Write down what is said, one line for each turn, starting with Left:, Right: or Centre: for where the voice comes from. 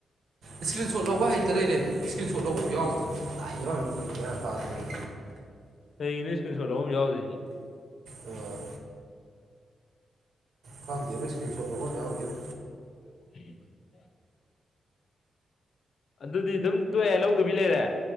Right: ꯏꯁꯀ꯭ꯔꯤꯟ ꯁꯣꯠ ꯂꯧꯕ ꯍꯩꯦꯇ ꯂꯩꯔꯦꯃꯦ ꯏꯁꯀ꯭ꯔꯤꯟ ꯂꯧꯐꯝ ꯌꯥꯎꯗꯦ ꯀꯗꯥꯏ ꯌꯥꯎꯔꯤꯅꯣ ꯈꯪꯗꯦ ꯒ꯭ꯌꯟ ꯇꯥꯗ꯭ꯔꯦ
Left: ꯀꯩꯒꯤꯅꯣ ꯁ꯭ꯀꯔꯤꯟ ꯁꯣꯠ ꯂꯧꯐꯝ ꯌꯥꯎꯗ꯭ꯔꯤꯁꯦ
Right: ꯑꯣ ꯈꯪꯗꯦꯕꯣ ꯏꯁꯀ꯭ꯔꯤꯟ ꯁꯣꯠ ꯂꯧꯐꯝ ꯌꯥꯎꯗꯦꯕꯣ
Left: <inaudible> ꯑꯗꯨꯗꯤ ꯑꯗꯨꯝ ꯇꯣꯛꯑꯦ ꯂꯧꯗꯨꯕꯤ ꯂꯩꯔꯦ